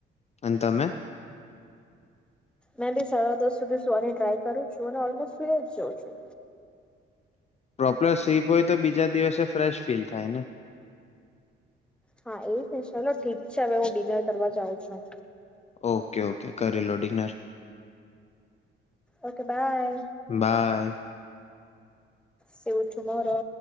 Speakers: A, on the left; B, in the centre.
A: અને તમે?
B: મે બી સાડા દસ સુધી સુવાની ટ્રાય કરું છું અને ઓલમોસ્ટ સુઈ જ જાઉં છું.
A: પ્રોપર સ્લીપ હોય તો બીજા દિવસે ફ્રેશ ફીલ થાય ને.
B: હા એ છે ચલો ઠીક છે હવે હું ડિનર કરવા જાઉં છું.
A: ઓકે ઓકે કરી લો ડિનર.
B: Okay bye.
A: બાય.
B: સવ છું મરો.